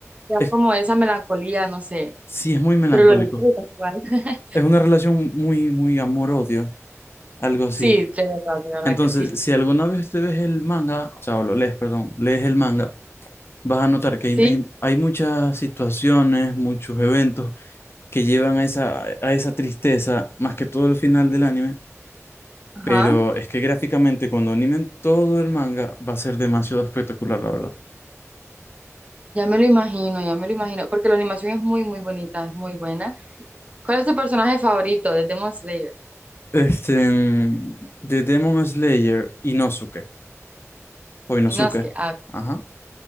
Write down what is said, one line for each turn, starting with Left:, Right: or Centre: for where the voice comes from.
Right: ya
Left: es,
Right: como esa melancolía, no sé,
Left: sí es muy melancólico.
Right: pero lo disfrutas igual. <laughs>
Left: Es una relación muy, muy amor-odio, algo así.
Right: Sí, de verdad, de verdad
Left: Entonces,
Right: que sí.
Left: si alguna vez te ves el manga, o sea, o lo lees, perdón, lees el manga, vas a notar que hay,
Right: Sí,
Left: hay hay muchas situaciones, muchos eventos que llevan a esa, a esa tristeza, más que todo el final del anime.
Right: Ajá,
Left: Pero es que gráficamente, cuando animen todo el manga, va a ser demasiado espectacular, la verdad.
Right: ya me lo imagino, ya me lo imagino, porque la animación es muy, muy bonita, es muy buena. ¿Cuál es tu personaje favorito de Demon Slayer?
Left: Este, mm, de Demon Slayer, Inosuke, o Inosuke,
Right: Inosuke, ah,
Left: ajá,